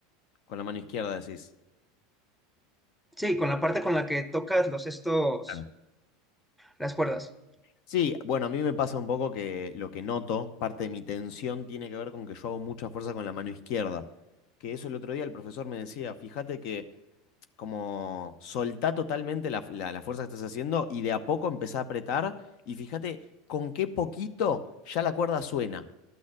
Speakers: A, on the left (about 55°); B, in the centre.
A: Con la mano izquierda decís.
B: Sí, con la parte con la que tocas los estos,
A: Claro.
B: las cuerdas.
A: Sí, bueno, a mí me pasa un poco que lo que noto, parte de mi tensión tiene que ver con que yo hago mucha fuerza con la mano izquierda. Que eso el otro día el profesor me decía, fíjate que como soltá totalmente la, la- la fuerza que estás haciendo y de a poco empezá a apretar y fíjate con qué poquito ya la cuerda suena.